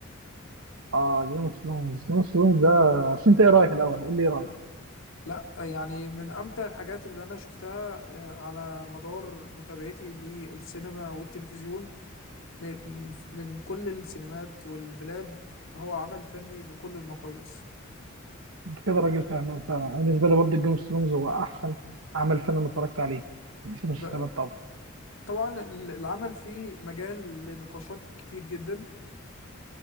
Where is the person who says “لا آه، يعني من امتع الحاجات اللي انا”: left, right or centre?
Left